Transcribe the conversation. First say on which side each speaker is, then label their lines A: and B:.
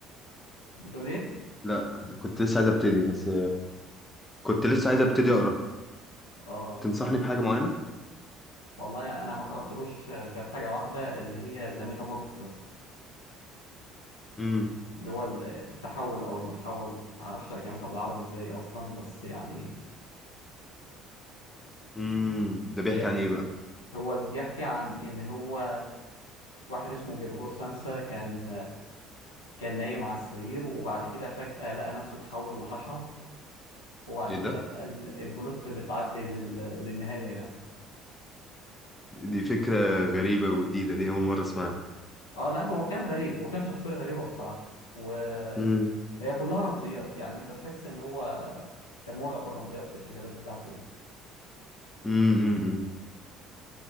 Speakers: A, on the left; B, on the left.
A: بتقول ايه
B: لا كنت لسه عايز ابتدي بس كنت لسه عايز ابتدي اقرا
A: اه
B: تنصحني بحاجه معينه
A: والله انا ما قراتلوش غير حاجه واحده اللي هي زاميتامورفوسيس
B: امم
A: اللي هو ال- التحول او المتحول ما اعرفش ترجمتها بالعربي ازاي اصلا بس يعني
B: امم ده بيحكي
A: هي
B: عن ايه بقى
A: هو بيحكي عن ان هو واحد اسمه جرجور سمسة كان كان نايم على السرير وبعد كده فجأة لقى نفسه اتحول لحشرة وبعد
B: ايه
A: كده
B: ده
A: بقى ال- البلوت بتعدي لل- للنهاية يعني
B: دي فكره غريبه وجديده دي اول مره اسمعها
A: اه لا هو كان غريب وكان شخصية غريبة بصراحة و...
B: امم
A: هي كلها رمزيات يعني انت تحس ان هو كان مولع بالرمزيات في الكتابات بتاعته يعني
B: امم امم